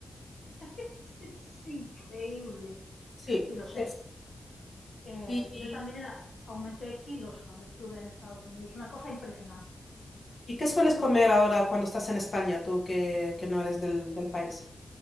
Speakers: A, on the left; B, on the left.
A: <laughs> Es increíble.
B: Sí,
A: Sí, lo sé.
B: es-
A: Eh,
B: Y,
A: yo también a- aumenté kilos cuando estuve en Estados Unidos. Una cosa impresionante.
B: ¿Y qué sueles comer ahora cuando estás en España, tú que, que no eres del, del país?